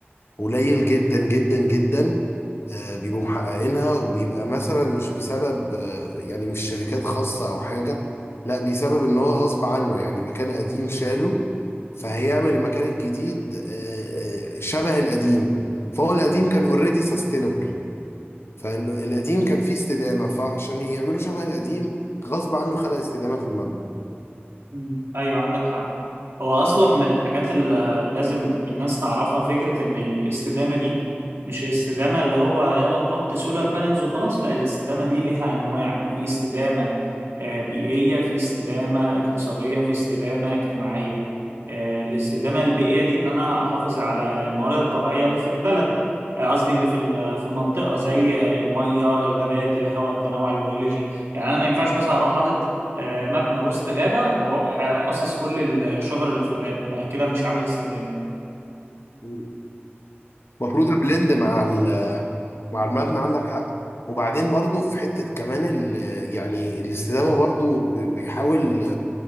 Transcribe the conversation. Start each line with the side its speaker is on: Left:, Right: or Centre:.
Left: قليل جدا جدا جدا آه، بيبقوا محققينها وبيبقى مثلا مش بسبب آه، يعني مش شركات خاصة أو حاجة لا بسبب إن هو غصب عنه يعني مكان قديم شاله فهيعمل المكان الجديد آه، آه، شبه القديم فهو القديم كان اوريدي سستينبل فالقديم كان فيه استدامة فعشان يعملوا شبه القديم غصب عنه خلق استدامة في المبنى
Right: مم. ايوه عندك حق هو اصلا من الحاجات اللي لازم الناس تعرفها فكره ان الاستدامه دي مش الاستدامه اللي هو يلا نحط سولار بانلز وخلاص لا الاستدامه دي ليها انواع في استدامه آه، بيئيه في استدامه اقتصاديه في استدامه اجتماعيه آه، الاستدامه البيئيه دي ان انا احافظ على الموارد الطبيعيه اللي في البلد آه، قصدي اللي في ال- في المنطقه زي الميه الغابات الهواء التنوع البيولوجي يعني انا ما ينفعش مثلا اروح حاطط آه، مبنى وسط غابة واروح آه، قاصص كل الشجر اللي في الغابة انا كده مش عامل استدامة
Left: مم. المفروض أبلند مع مع المبنى عندك حق وبعدين برضو في حتة كمان ال يعني الاستدامة برضو ب- بيحاول